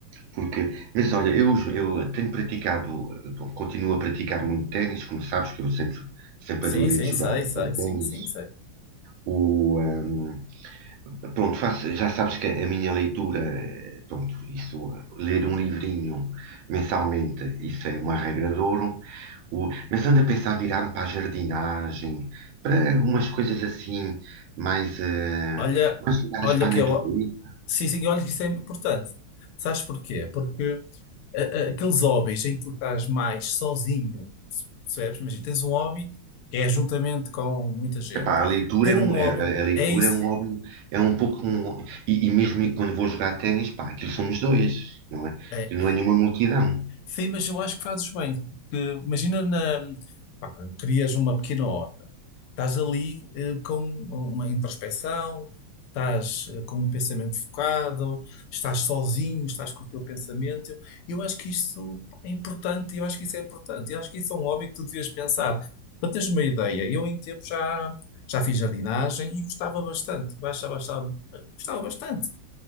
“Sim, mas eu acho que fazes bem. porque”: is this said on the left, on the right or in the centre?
Left